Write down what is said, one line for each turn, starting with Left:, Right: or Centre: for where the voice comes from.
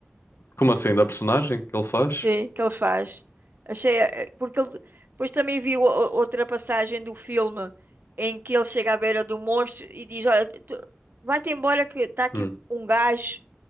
Left: Como assim? Da personagem que ele faz?
Right: Sim, que ele faz. Achei... é, Porque ele... Depois também vi o- o- outra passagem do filme em que ele chega à beira do monstro e diz, olha, tu- vai-te embora que está aqui
Left: Hum.
Right: um gajo